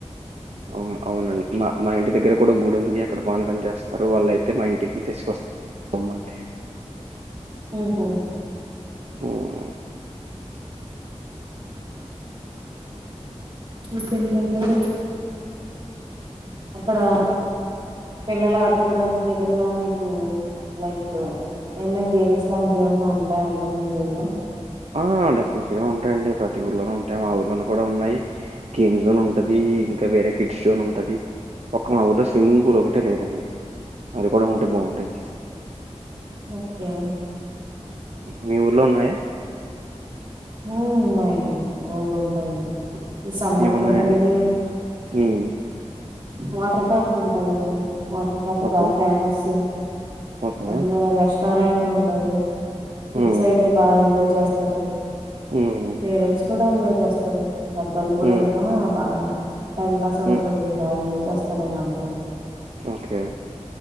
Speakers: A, on the right (about 70°); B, on the right (about 45°).
A: అవును అవునండి మ మా ఇంటి దగ్గర కూడా గుడి ఉంది అక్కడ పానకం చేస్తారు వాళ్ళ అయితే మా ఇంటికి తెసుకొస్తా... బొమ్మ తే
B: వుహూ
A: హ్మ్.
B: మీరు తింటం లేద అక్కడ పిల్లలు ఆడుకోడానికి ఏదన్నా మీకు లైక్ ఎమన్నాగేమ్స్ లాంటివి ఏమన్నా ఉంటాయండి మీ ఊర్లో
A: ఆ డెఫినెట్‌గా ఉంటాయిండి. ప్రతి ఊర్లోనూ ఉంటాయి. మా ఊర్లో కూడా ఉన్నాయి. గేమ్ జోన్ ఉంటది, ఇంకా వేరే కిడ్స్ షో ఉంటది. ఒక మా ఊరిలో స్విమ్మింగ్ పూల్ ఒకటే లేదండి అరుపూ పొడవు ఉంటే బాగుంటాయి.
B: ఓకే
A: మీ ఊర్లో ఉన్నాయా
B: మ్మ్ నేన్ బోల్డ్ ఉంటాయండి సమ్మర్
A: ఏమున్నాయండి
B: కదండి
A: మ్మ్
B: వాటర్ పార్క్ ఉంటదండి వాటర్ పార్క్
A: ఓకే
B: బా ఫేమసు
A: ఓకే
B: అందులోనే రెష్ టరెంట్ ఉంటది పిజ్జా
A: మ్మ్
B: అయితే బాగా ఎంజాయ్ చేస్త సరే
A: మ్మ్
B: పేరెంట్స్ కూడా ఉండొ జూస్తారు పెద్దోళ్లు కూడా
A: మ్మ్
B: ఇళ్లను బాగా... టైంపాస్ అవుతది
A: మ్మ్
B: బాగా ఎంజాయ్ చేస్త సరే నా అండి
A: ఒకే